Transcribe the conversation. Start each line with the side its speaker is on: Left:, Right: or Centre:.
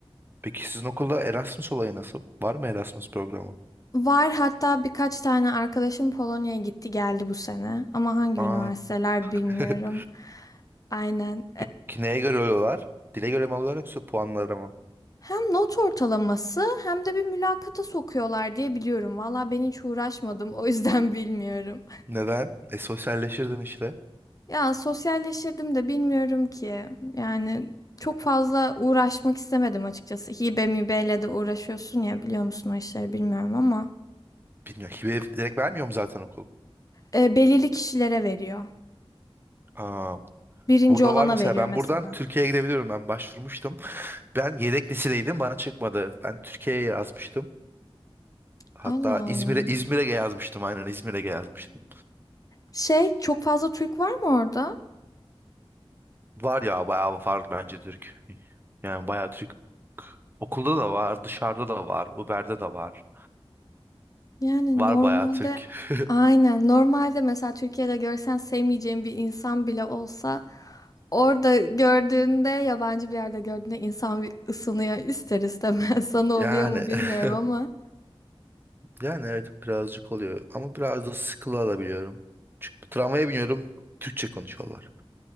Right: peki sizin okulda Erasmus olayı nasıl? Var mı Erasmus programı?
Left: Var hatta birkaç tane arkadaşım Polonya'ya gitti geldi bu sene ama hangi
Right: Aa.
Left: üniversiteler
Right: <laughs>
Left: bilmiyorum. Aynen.
Right: Peki neye göre alıyorlar? Dile göre mi alıyorlar yoksa puanlara mı?
Left: Hem not ortalaması hem de bir mülakata sokuyorlar diye biliyorum. Valla ben hiç uğraşmadım o yüzden <laughs> bilmiyorum.
Right: Neden? E sosyalleşirdin işte.
Left: Ya sosyalleşirdim de bilmiyorum ki. Yani çok fazla uğraşmak istemedim açıkçası. Hibe mibeyle de uğraşıyorsun ya biliyor musun o işleri bilmiyorum ama.
Right: Bilmiyorum. Hibe direkt vermiyor mu zaten okul?
Left: E, belirli kişilere veriyor.
Right: Aa,
Left: Birinci
Right: burada
Left: olana
Right: var mesela
Left: veriyor
Right: ben
Left: mesela.
Right: buradan Türkiye'ye gidebiliyorum. Ben başvurmuştum. <laughs> Ben yedek lisedeydim bana çıkmadı. Ben Türkiye'ye yazmıştım. Hatta
Left: Allah
Right: İzmir'e
Left: Allah.
Right: İzmir'e yazmıştım aynen İzmir'e yazmıştım.
Left: Şey çok fazla Türk var mı orada?
Right: Var ya bayağı var bence Türk. Yani bayağı Türk. Okulda da var, dışarıda da var, Uber'de de var.
Left: Yani
Right: Var
Left: normalde
Right: bayağı Türk. <laughs>
Left: aynen normalde mesela Türkiye'de görsen sevmeyeceğin bir insan bile olsa orada gördüğünde yabancı bir yerde gördüğünde insan bir ısınıyor ister istemez. <laughs> Sana oluyor
Right: Yani
Left: mu bilmiyorum
Right: <laughs>
Left: ama
Right: yani evet birazcık oluyor ama biraz da sıkılı alabiliyorum. Çünkü tramvaya biniyorum Türkçe konuşuyorlar.